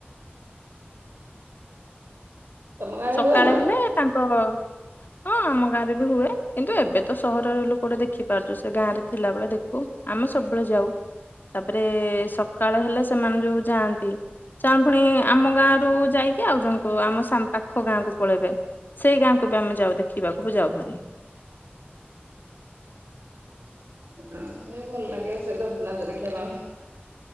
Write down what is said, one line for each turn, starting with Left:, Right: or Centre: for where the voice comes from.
Right: ତମ ଗାଁରେ
Left: ସକାଳେ
Right: ହୁଏନ?
Left: ହେଲେ ତାଙ୍କ ହଁ ଆମ ଗାଁରେ ବି ହୁଏ କିନ୍ତୁ ଏବେ ତ ସହରରେ ଲୋକ ଗୋଟେ ଦେଖିପାରୁଛୁ ସେ ଗାଁ ରେ ଥିଲାବେଳେ ଦେଖୁ। ଆମେ ସବୁବେଳେ ଯାଉ ତାପରେ ସକାଳ ହେଲେ ସେମାନେ ଯୋଉ ଯାଆନ୍ତି। ଚାଁ ପୁଣି ଆମ ଗାଁରୁ ଯାଇକି ଆଉ ଜଣକୁ ଆମ ସାନ ପାଖ ପାଖ ଗାଁକୁ ପଳେଇବେ ସେଇ ଗାଁକୁ ବି ଆମେ ଯାଉ ଦେଖିବାକୁ ବି ଯାଉ ଭାରି।
Right: ହଁ ସେ ଭଲ ଲାଗେ ସେ ଦଣ୍ଡ ନାଚ ଦେଖିବା ପାଇଁ।